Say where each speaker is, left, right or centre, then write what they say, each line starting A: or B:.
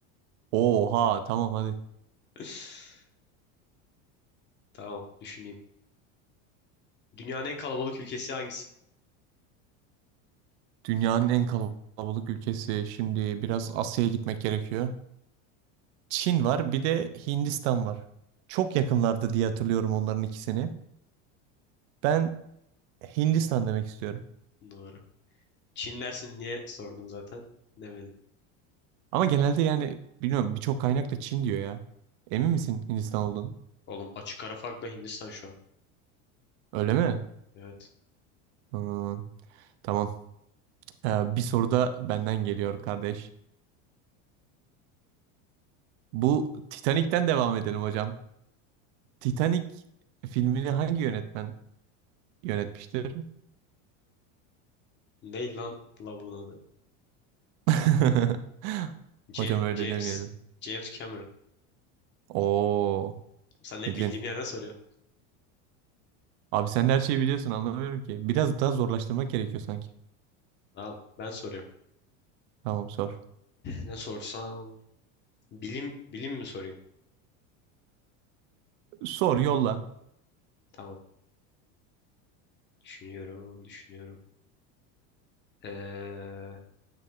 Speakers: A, on the right (about 65°); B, on the left (about 30°).
A: Oha tamam hadi.
B: <laughs> Tamam. Düşüneyim. Dünyanın en kalabalık ülkesi hangisi?
A: Dünyanın en kalabalık ülkesi. Şimdi biraz Asya'ya gitmek gerekiyor. Çin var, bir de Hindistan var. Çok yakınlardı diye hatırlıyorum onların ikisini. Ben Hindistan demek istiyorum.
B: Doğru. Çin dersin diye sordum zaten. Demedim.
A: Ama genelde yani bilmiyorum birçok kaynak da Çin diyor ya. Emin misin Hindistan olduğunu?
B: Oğlum açık ara farkla Hindistan şu an.
A: Öyle mi?
B: Evet.
A: Hmm, tamam. Ee, bir soru da benden geliyor kardeş. Bu Titanic'ten devam edelim hocam. Titanic filmini hangi yönetmen yönetmiştir?
B: Ney lan lavuğun adı?
A: <laughs>
B: C
A: Hocam öyle
B: James.
A: demeyelim.
B: James Cameron.
A: Oo,
B: Sen ne
A: bildin.
B: bildiğim yerden soruyor.
A: Abi sen de her şeyi biliyorsun anlamıyorum ki. Biraz daha zorlaştırmak gerekiyor sanki.
B: Tamam. Ben soruyorum.
A: Tamam sor.
B: Ne sorsam? Bilim bilim mi sorayım?
A: Sor yolla.
B: Tamam. Düşünüyorum, düşünüyorum. Ee,